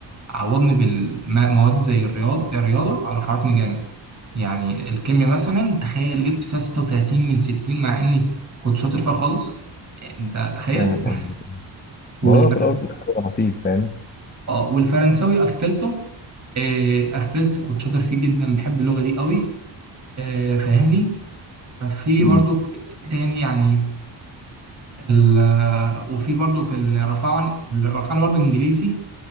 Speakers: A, on the right; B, on the left.
A: عوضني بالمواد زي الرياض الرياضة رفعتني جامد يعني الكيمياء مثلا تخيل جبت فيها 36 من 60 مع إني كنت شاطر فيها خالص أنت تخيل
B: فاهم قصدك
A: <laughs> والفرنسي
B: ما هو في الأول وفي الآخر هو نصيب فاهم
A: اه والفرنساوي قفلته آه، قفلته كنت شاطر فيه جدا بحب اللغة دي قوي آه، فاهمني في
B: مم.
A: برضو تاني يعني ال آه، وفي برضو الرفعن الرفعن برضو انجليزي